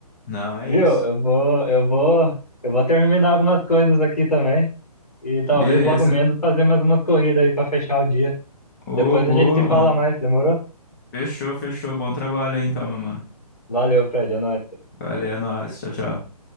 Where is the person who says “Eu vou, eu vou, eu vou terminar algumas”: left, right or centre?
Left